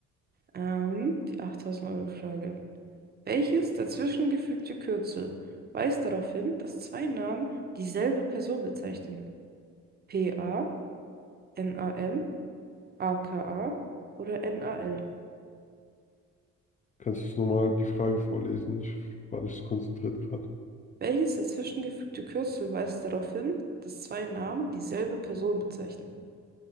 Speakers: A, on the right; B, on the left.
A: Ähm, die 8000-Euro-Frage. Welches dazwischengefügte Kürzel weist darauf hin, dass zwei Namen dieselbe Person bezeichnen? P A A N A M A K A oder N A L?
B: Kannst du nochmal die Frage vorlesen? Ich war nicht so konzentriert gerade.
A: Welches dazwischengefügte Kürzel weist darauf hin, dass zwei Namen dieselbe Person bezeichnen?